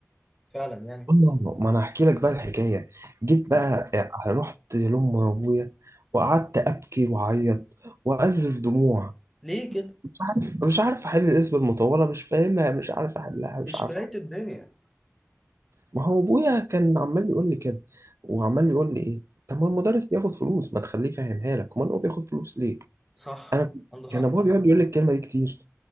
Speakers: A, in the centre; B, on the right.
A: فعلا يعني
B: والله ما انا احكي لك بقى الحكايه جيت بقى
A: أيوة.
B: آه، رحت لام ابويا وقعدت ابكي واعيط واذرف دموع
A: ليه كده
B: مش عارف مش عارف احل الاسم المطوله مش فاهمها مش عارف احلها مش
A: مش
B: عارف
A: نهاية الدنيا
B: ما هو ابويا كان عمال بيقول لي كده وعمال بيقول لي ايه طب ما المدرس بياخد فلوس ما تخليه يفهمها لك امال هو بياخد فلوس ليه
A: صح
B: انا
A: عنده حق
B: كان ابويا بيقعد يقول لي الكلمه دي كتير